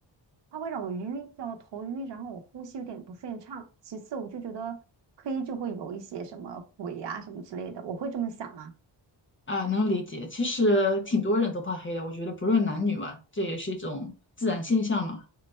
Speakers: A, on the right; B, on the left.
A: 它会让我晕，让我头晕，然后我呼吸有点不顺畅。其次，我就觉得黑就会有一些什么鬼呀、什么之类的，我会这么想啊。
B: 啊，能理解。其实挺多人都怕黑的，我觉得不论男女嘛，这也是一种自然现象嘛。